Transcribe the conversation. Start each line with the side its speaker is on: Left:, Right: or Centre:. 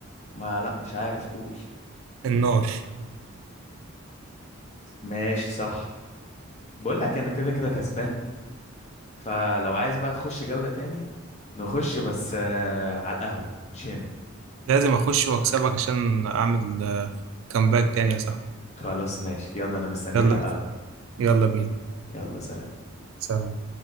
Left: ما لا مش عارف قول
Right: النار
Left: ماشي صح بقول لك انا كده كده كسبان فلو عايز بقى تخش جوله تاني نخش بس آه على القهوه مش هنا
Right: لازم اخش واكسبك عشان اعمل آه، كامباك تاني يا صاحبي
Left: خلاص ماشي يلا انا مستنيك
Right: يلا
Left: على القهوه
Right: يلا بينا
Left: يلا سلام
Right: سلام